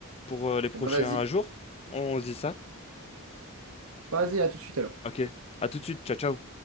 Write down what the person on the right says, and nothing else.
Eh bah, vas-y.
Vas-y, à tout de suite alors.